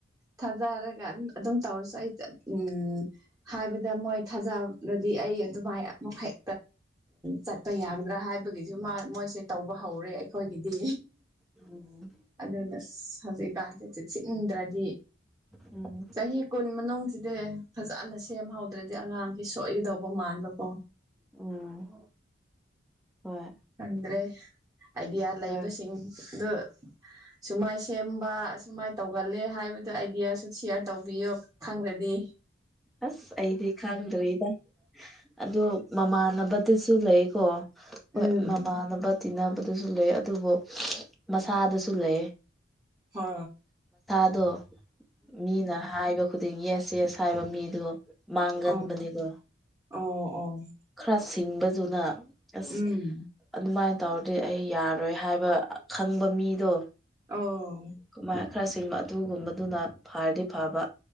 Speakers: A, on the right (about 20°); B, in the centre.
A: ꯊꯥꯖꯔꯒ ꯑꯗꯨꯝ ꯇꯧꯔꯁꯨ ꯑꯩ ꯎꯝ ꯍꯥꯏꯕꯗ ꯃꯣꯏ ꯊꯥꯖꯔꯗꯤ ꯑꯩ ꯑꯗꯨꯃꯥꯏ ꯃꯈꯩ ꯆꯠꯄ ꯌꯥꯒꯗ꯭ꯔꯥ ꯍꯥꯏꯕꯒꯤꯁꯨ ꯃꯣꯏꯁꯦ ꯇꯧꯕ ꯍꯧꯔꯦ ꯑꯩꯈꯣꯏꯒꯤꯗꯤ
B: ꯎꯝ
A: ꯑꯗꯨꯅ ꯍꯧꯖꯤꯛꯀꯥꯟꯁꯤꯁꯨ ꯆꯤꯅꯤꯡꯗ꯭ꯔꯗꯤ
B: ꯎꯝ ꯎꯝ
A: ꯆꯍꯤꯍꯤ ꯀꯅ ꯃꯅꯨꯡꯁꯤꯗꯤ ꯐꯖꯅ ꯁꯦꯝꯍꯧꯗ꯭ꯔꯗꯤ ꯑꯉꯥꯡꯁꯤ ꯁꯣꯏꯒꯗꯧꯕ ꯃꯥꯟꯕꯀꯣ
B: ꯎꯝ ꯍꯣꯏ
A: ꯈꯪꯗ꯭ꯔꯦ ꯑꯥꯏꯗꯤꯌꯥ ꯂꯩꯕꯁꯤꯡꯗꯨ
B: ꯍꯣꯏ
A: ꯁꯨꯃꯥꯏ ꯁꯦꯝꯕ ꯑꯨꯃꯥꯏꯅ ꯇꯧꯒꯜꯂꯦ ꯍꯥꯏꯕꯗꯨ ꯑꯥꯏꯗꯤꯌꯥꯁꯨ ꯁꯤꯌꯥꯔ ꯇꯧꯕꯤꯌꯣ ꯈꯪꯗꯗꯤ
B: ꯑꯁ ꯑꯩꯗꯤ ꯈꯥꯡꯗꯣꯔꯤꯗ ꯑꯗꯨ ꯃꯃꯥꯟꯅꯕꯗꯨꯁꯨ ꯂꯩꯀꯣ ꯍꯣꯏ
A: ꯎꯝ
B: ꯃꯃꯅꯅꯕ ꯇꯤꯟꯅꯕꯗꯁꯨ ꯂꯩ ꯑꯗꯨꯕꯨ ꯃꯁꯥꯗꯁꯨ ꯂꯩ
A: ꯍ
B: ꯑꯗꯣ ꯃꯤꯅ ꯍꯥꯏꯕ ꯈꯨꯗꯤꯡ ꯌꯦꯁ ꯌꯦꯁ ꯍꯥꯏꯕ ꯃꯤꯗꯣ ꯃꯥꯡꯒꯟ
A: ꯑꯣ
B: ꯃꯅꯤꯒꯣ
A: <unintelligible>
B: ꯈꯔ ꯁꯤꯡꯕꯗꯨꯅ ꯑꯁ
A: ꯎꯝ
B: ꯑꯗꯨꯃꯥꯏꯅ ꯇꯧꯔꯗꯤ ꯑꯩ ꯌꯥꯔꯣꯏ ꯍꯥꯏꯕ ꯈꯪꯕ ꯃꯤꯗꯣ
A: ꯑꯣ
B: ꯀꯃꯥꯏ ꯈꯔ ꯁꯤꯡꯕ ꯑꯗꯨꯒꯨꯝꯕꯗꯨꯅ ꯐꯔꯗꯤ ꯐꯕ